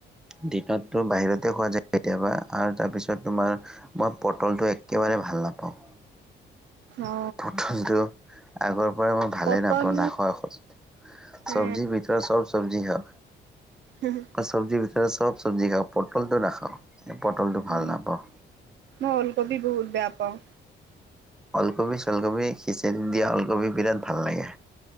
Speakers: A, in the centre; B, on the right (about 65°).
A: দিনতো বাহিৰতে খোৱা যায় কেতিয়াবা আৰু তাৰপিছত- তাৰছত তোমাৰ মই পটলটো, একেবাৰে ভাল নাপাওঁ।
B: অ
A: পটলটো আগৰ পৰাই মই ভালেই
B: পটল
A: নাপাওঁ নাখাও খজ চব্জি
B: এ
A: বিতৰত চব চব্জি খাওঁ।
B: উম
A: চব্জী বিতৰত চব চব্জী খাওঁ পৰ্টলতো নাখাওঁ পটলটো ভাল
B: অ
A: নাপাওঁ
B: মই উলকবি বহুত বেয়া পাওঁ।
A: লকবি- চলকবি খিচৰি দিয়া ওলকবি বিৰাট ভাল লাগে